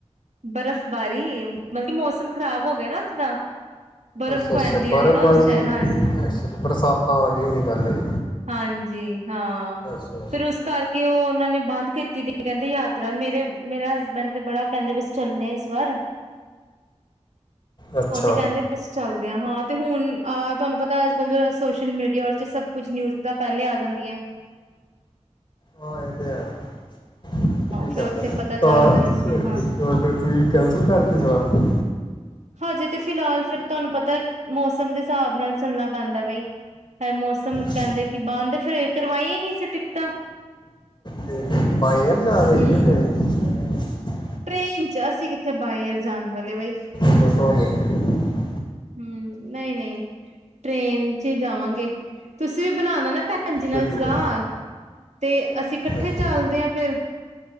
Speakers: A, on the right; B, on the left.
A: ਬਰਫ਼ ਬਾਰੀ, ਮਤਲਬ ਕਿ ਮੌਸਮ ਖ਼ਰਾਬ ਹੋ ਗਿਆ ਨਾ ਉੱਥੇ ਦਾ, ਬਰਫ਼
B: ਅੱਛਾ
A: ਪੈਂਦੀ
B: ਅੱਛਾ ਬਰਫ਼ਬਾਰੀ
A: ਹੋਣੀ ਨਾ ਉਸ ਸੇਡ, ਹਾਂਜ,
B: ਅੱਛਾ ਬਰਸਾਤਾਂ ਆ ਗਈਆਂ ਹੋਣੀ ਪਹਿਲੇ
A: ਹਾਂਜੀ ਹਾਂ
B: ਅੱਛਾ
A: ਫਿਰ ਉਸ ਕਰਕੇ ਉਹ ਉਹਨਾਂ ਨੇ ਬੰਦ ਕੀਤੀ ਦੀ ਕਹਿੰਦੇ ਯਾਤਰਾ ਮੇਰੇ-ਮੇਰੇ ਹਸਬੈਂਡ ਤੇ ਬੜਾ ਕਹਿੰਦੇ ਬਏ ਸੀ ਚੱਲਣੇ ਆ ਇਸ ਵਾਰ।
B: ਅੱਛਾ
A: ਉਹ ਤੇ ਕਹਿੰਦੇ
B: ਅੱਛਾ
A: ਬਏ ਸੀ ਚੱਲ। ਨੇਆ, ਹਾਂ ਤੇ ਹੁਣ ਆਹ ਤੁਹਾਨੂੰ ਪਤਾ ਅੱਜ ਕੱਲ ਜਿਹੜਾ ਸੋਸ਼ਲ ਮੀਡੀਆ ਓਦੇ ਚ ਸਭ ਕੁਝ ਨਿਊਜ ਤਾਂ ਪਹਿਲੇ ਆ ਜਾਂਦੀਆਂ ਏ।
B: ਹਾਂ ਇਹ ਤੇ ਹੈ ਏ। ਕੀ
A: ਫਿਰ
B: ਕਰਨਾ,
A: ਉੱਥੇ ਪਤਾ
B: ਤਾਂ
A: ਚੱਲ ਗਿਆ ਸੀ
B: ਫਿਰ
A: ਹਾਂ
B: ਤੁਸੀਂ ਕੈਂਸਲ ਕਰਤੀ ਸਲਾਅ।
A: ਹਜੇ ਤੇ ਫਿਲਹਾਲ ਫੇਰ ਤੁਆਨੂੰ ਪਤਾ ਮੌਸਮ ਦੇ ਹਿਸਾਬ ਨਾਲ ਚੱਲਣਾ ਪੈਂਦਾ ਬਈ ਫ ਮੌਸਮ
B: ਅੱਛਾ
A: ਕਹਿੰਦੇ ਕਿ ਬੰਦ ਫਿਰ ਕਰਵਾਈਆਂ ਨਈਂ ਅ ਫਿਰ ਟਿਕਟਾਂ।
B: ਤੇ ਬਾਈ ਏਅਰ ਜਾ ਰੈ ਹੀ
A: ਹਮ
B: ਗਏ ਨੀਂ। <unintelligible>
A: ਟ੍ਰੇਨ ਚ ਅਸੀਂ ਕਿੱਥੇ ਬਾਏ ਏਅਰ ਜਾਣ ਵਾਲੇ ਬਈ।
B: <inaudible>
A: ਹਂ, ਨਈਂ ਨਈਂ ਟ੍ਰੇਨ ਚ ਹੀ ਜਾਵਾਂਗੇ ਤੁਸੀਂ ਵੀ ਬਣਾਣਾ ਨਾ ਭੈਣ ਜੀ ਨਾਲ
B: ਗੱਡੀ
A: ਸਲਾਹ
B: ਤੇ
A: ਤੇ ਅਸੀਂ
B: ਅੱਛਾ
A: ਇਕੱਠੇ ਚੱਲਦੇ ਹਾਂ ਫਿਰ